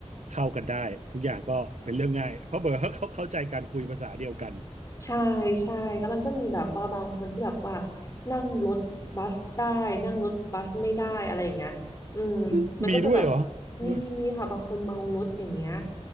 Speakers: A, on the right; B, on the left.
A: เข้ากันได้ทุกอย่างก็เป็นเรื่องง่ายเพราะเบอร์เขา <laughs> เขาเข้าใจกันคุยภาษาเดียวกัน
B: ใช่ใช่แล้วมันก็มีแบบว่าบางคนที่แบบว่านั่งรถบัสได้นั่งรถบัสไม่ได้อะไรอย่างเงี้ยอืมมันก็จะแบบ
A: อืมมีด้วยเหรอ
B: มีมีค่ะบางคนเมารถอย่างเงี้ย
A: นุ้ย